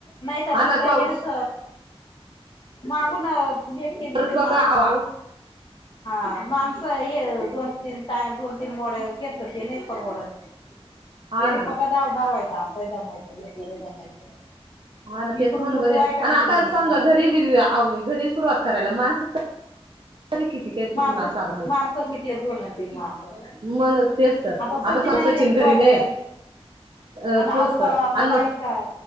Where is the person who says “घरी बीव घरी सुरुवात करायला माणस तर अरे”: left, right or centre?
Right